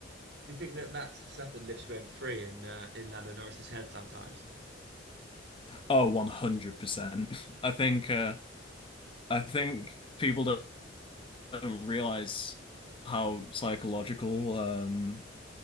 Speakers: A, on the right (about 60°); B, on the left (about 30°).
A: Do you think that Max Verstappen lives rent free in uh, in Lando Norris's head sometimes?
B: Oh, 100%. <laughs> I think uh I think people don't, don't realize how psychological um